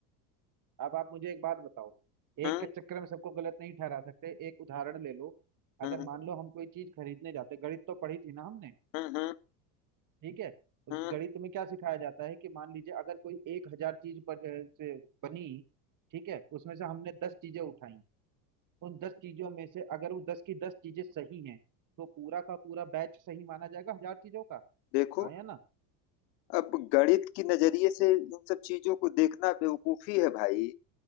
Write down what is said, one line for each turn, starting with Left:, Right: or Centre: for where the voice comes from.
Right: अब आप मुझे एक बात बताओ
Left: हम्म
Right: एक के चक्कर में सबको गलत नहीं ठहरा सकते एक उदाहरण ले लो अगर
Left: हम्म
Right: मान लो हम कोई चीज खरीदने जाते गणित तो पढ़ी थी ना हमने
Left: हम्म हम्म
Right: ठीक है तो
Left: हम्म
Right: उस गणित में क्या सिखाया जाता है कि मान लीजिए अगर कोई एक हजार चीज पर अ, से बनी ठीक है उसमें से हमने दस चीजें उठाई उन दस चीजों में से अगर वो दस की दस चीजें सही हैं तो पूरा का पूरा बैच सही माना जाएगा हजार चीजों का
Left: देखो
Right: आया ना
Left: अब गणित की नजरिए से इन सब चीजों को देखना बेवकूफी है भाई